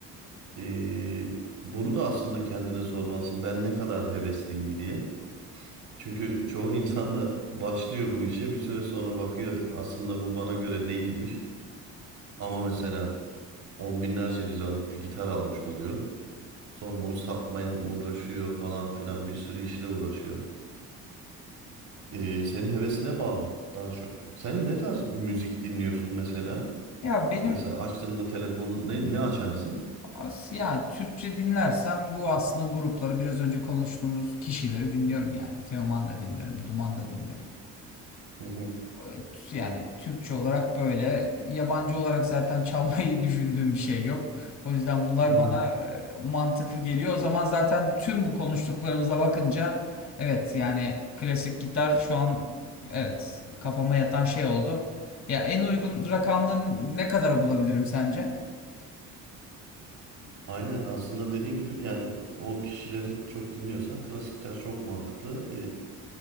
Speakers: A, on the right; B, on the left.
A: E, bunu da aslında kendine sormalısın. Ben ne kadar hevesliyim diye. Çünkü çoğu <laughs> insan da başlıyor bu işe bir süre sonra bakıyor aslında bu bana göre değilmiş. Ama mesela on binlerce liralık bir gitar almış oluyor. Sonra onu satmaya uğraşıyor falan filan bir sürü işle uğraşıyor. Ee, senin hevesine bağlı daha çok. Sen ne tarz müzik dinliyorsun mesela?
B: Ya benim
A: Mesela açtığında telefonu ne, ne açarsın?
B: as- ya Türkçe dinlersem bu aslında grupları biraz önce konuştuğumuz kişileri dinliyorum yani. Teoman da dinlerim, Duman da dinlerim.
A: Hı hı,
B: Ee, yani Türkçe olarak böyle, yabancı olarak zaten <laughs> çalmayı düşündüğüm bir şey yok. O yüzden bunlar
A: hı hı.
B: bana e, mantıklı geliyor. O zaman zaten tüm bu konuştuklarımıza bakınca evet yani klasik gitar şu an evet kafama yatan şey oldu. Ya en uygun rakamlı ne kadara bulabilirim sence?
A: Aynen aslında dediğin gibi yani o kişileri çok dinliyorsan klasik gitar çok mantıklı.